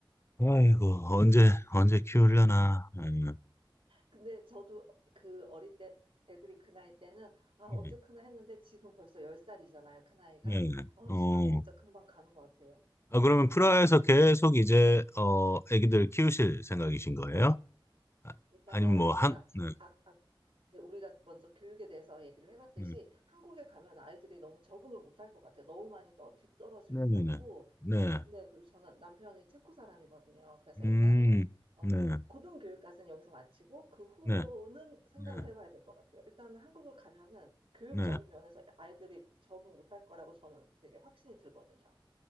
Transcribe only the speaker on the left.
아이고, 언제, 언제 키우려나. 음.
음.
예.
어.
아, 그러면 프라하에서 계속 이제, 어, 애기들 키우실 생각이신 거예요? 아,
아니면 뭐,
한, 네.
음.
네.
네네네.
네. 네. 네.
음,
네,
네,
네,
네.